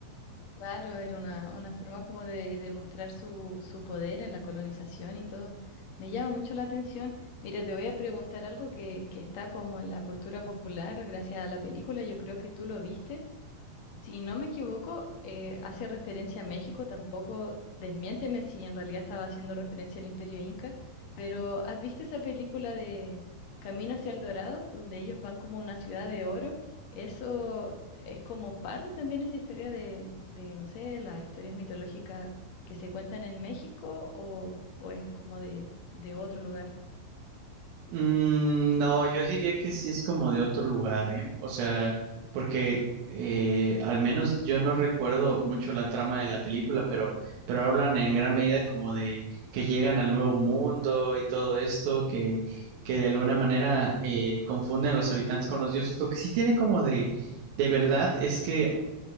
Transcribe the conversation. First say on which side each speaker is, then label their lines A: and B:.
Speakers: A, on the left; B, on the right.
A: Claro, era una, una forma como de demostrar su, su poder en la colonización y todo. Me llama mucho la atención. Mira, te voy a preguntar algo que, que está como en la cultura popular gracias a la película. Yo creo que tú lo viste. Si no me equivoco, eh, hace referencia a México, tampoco desmiénteme si en realidad estaba haciendo referencia al Imperio Inca, pero ¿has visto esa película de Camino hacia el Dorado, donde ellos van como a una ciudad de oro? Eso es como parte también de esa historia de, de, no sé, las historias mitológicas que se cuentan en México o, o es como de, de otro lugar.
B: Mm, no, yo diría que sí es como de otro lugar, ¿eh? O sea, porque eh, al menos yo no recuerdo mucho la trama de la película, pero, pero hablan en gran medida como de que llegan al nuevo mundo y todo esto, que, que de alguna manera eh, confunden a los habitantes con los dioses. Lo que sí tiene como de, de verdad es que